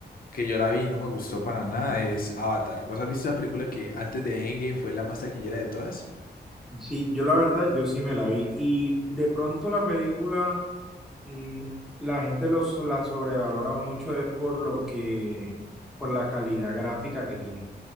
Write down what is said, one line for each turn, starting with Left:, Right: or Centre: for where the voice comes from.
Left: que yo la vi y no me gustó para nada, es Avatar. ¿Vos has visto la película que antes de Endgame fue la más taquillera de todas?
Centre: Sí, yo la verdad, yo sí me la vi. Y de pronto la película, mm, la gente los, la sobrevalora mucho es por lo que, por la calidad gráfica que tiene